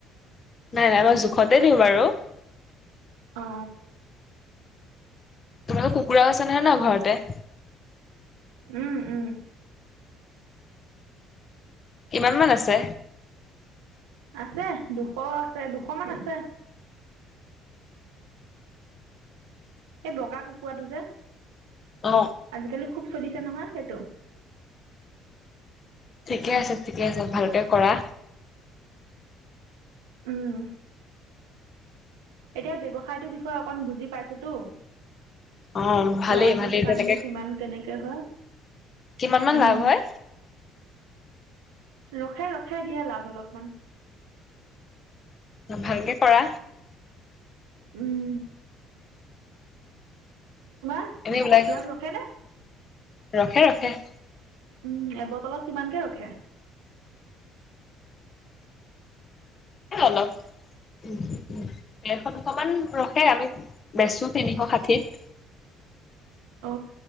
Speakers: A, on the left; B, on the right.
A: নাই নাই মই জোখতে দিওঁ বাৰু।
B: অ।
A: তোমালোকৰ কুকুৰাও আছে নহয় ন ঘৰতে?
B: উম উম।
A: কিমান মান আছে?
B: আছে দুশ আছে দুশমান আছে। এই বগা কুকুৰাটো যে।
A: অ।
B: আজিকালি খুব চলিছে নহয় সেইটো।
A: ঠিকে আছে ঠিকে আছে ভালকে কৰা।
B: উম এতিয়া ব্যসায়টোৰ বিষয়ে অকন বুজি পাইছোতো,
A: অ ভালেই
B: লাভ
A: ভালেই
B: লোকচানবোৰ
A: তেনেকে
B: কিমান কেনেকে হয়।
A: কিমান মান
B: উম
A: লাভ হয়?
B: ৰখে ৰখে দিয়া লাভ অলপমান।
A: ভালকে কৰা।
B: উম। তোমাৰ
A: এনে ওলাই
B: লাভ ৰখে নে
A: ৰখে ৰখে।
B: উম এবটলত কিমানকে ৰখে?
A: অলপ উ উ ডেৰশ দুশ মান ৰখে আমি বেচো তিনিশ ষাঠিত।
B: অ